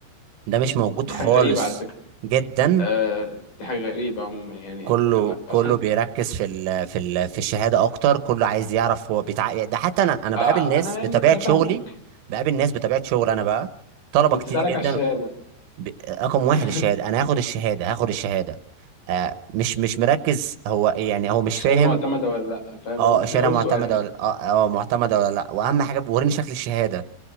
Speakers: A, on the right; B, on the left.
A: ده مش موجود
B: دي
A: خالص
B: حاجه غريبه على فكره
A: جدا
B: آه، دي حاجه غريبه عموما يعني
A: كله
B: آه، ما-
A: كله
B: اصلا
A: بيركز في ال في ال في الشهاده اكتر كله عايز يعرف هو بيتع... ده حتى انا انا
B: آه
A: بقابل ناس
B: انا يعني
A: بطبيعه
B: انا فاهمك
A: شغلي بقابل ناس بطبيعه شغل انا بقى طلبه
B: بتسالك
A: كتير جدا
B: على الشهاده
A: ب... رقم واحد
B: <laughs>
A: الشهاده انا هاخد الشهاده هاخد الشهاده آه مش مش مركز هو يعني هو مش
B: الشهاده
A: فاهم
B: معتمده ولا لا فاهم
A: اه
B: قصدي
A: الشهاده
B: اول
A: معتمده
B: سؤال
A: ولا اه آه، معتمده ولا لا واهم حاجه وريني شكل الشهاده